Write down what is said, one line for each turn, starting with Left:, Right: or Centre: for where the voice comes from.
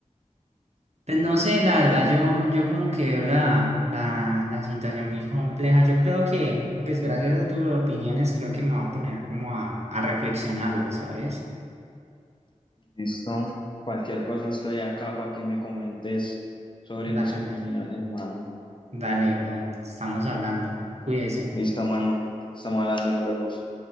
Right: Pues no sé, la verdad
Left: Bueno,
Right: yo, yo como que veo la, la, la situación muy compleja. Yo creo que, pues gracias a tus opiniones, creo que me va a poner como a, a reflexionarlo, ¿sabes?
Left: listo, cualquier cosa estoy acá para que me comentes sobre
Right: Dale,
Left: mis opiniones, mano.
Right: dale, bro, estamos hablando, cuídese.
Left: Listo, mano. Estamos hablando, nos vemos.